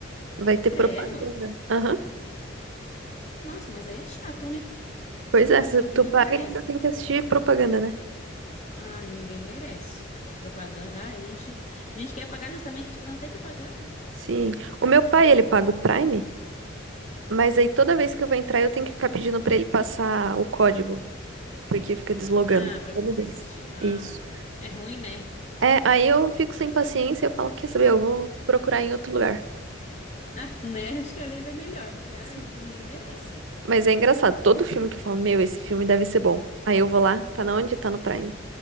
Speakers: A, on the right (about 75°); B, on the left (about 35°).
A: vai ter propaganda.
B: Sério?
A: Aham.
B: Nossa, mas aí é chato, né?
A: Pois é, se
B: Ninguém
A: tu paga
B: merece.
A: ainda tem que assistir propaganda, né?
B: Ai, ninguém merece. Propaganda. Ah, a gente, a gente quer pagar justamente pra não ter propaganda.
A: Sim. O meu pai, ele paga o Prime, mas aí toda vez que eu vou entrar eu tenho que ficar pedindo para ele passar o código, porque fica deslogando
B: Ah, pra
A: toda
B: você poder
A: vez.
B: assistir. Ah,
A: Isso.
B: é ruim, né?
A: É, aí eu fico sem paciência, eu falo, quer saber, eu vou procurar em outro lugar.
B: Ah, né? <laughs> Acho que às vezes é melhor, porque ai,
A: Sim.
B: ninguém merece.
A: Mas é engraçado, todo filme que eu falo, meu, esse filme deve ser bom. Aí eu vou lá, tá na onde? Tá no Prime.